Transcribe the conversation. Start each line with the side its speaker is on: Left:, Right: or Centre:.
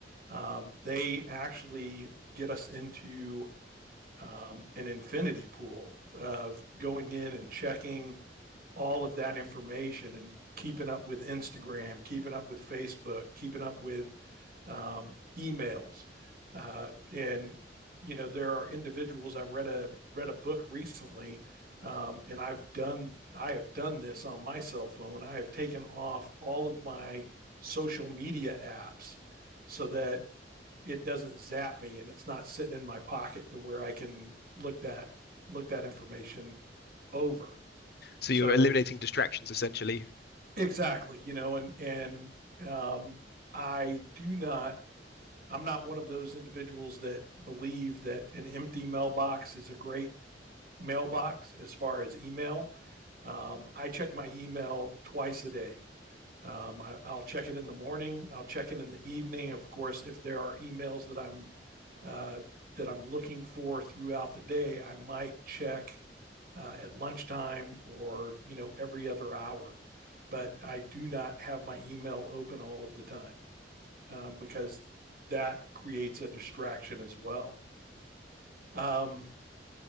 Right: um, they actually get us into um, an infinity pool of going in and checking all of that information and keeping up with Instagram, keeping up with Facebook, keeping up with um, emails. Uh, and you know there are individuals I've read a read a book recently, um, and I've done I have done this on my cell phone. I have taken off all of my social media apps so that it doesn't zap me and it's not sitting in my pocket to where I can look that look that information over.
Left: So
Right: So
Left: you're eliminating distractions essentially.
Right: exactly, you know, and and um, I do not. I'm not one of those individuals that believe that an empty mailbox is a great mailbox as far as email. Um, I check my email twice a day Um, I, will check it in the morning. I'll check it in the evening. Of course, if there are emails that I'm uh, that I'm looking for throughout the day, I might check uh, at lunchtime or you know every other hour. But I do not have my email open all of the time um, because that creates a distraction as well. Um,